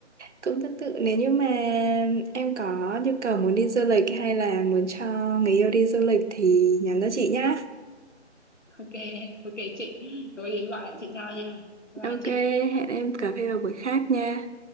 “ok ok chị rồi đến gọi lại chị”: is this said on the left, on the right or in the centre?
Left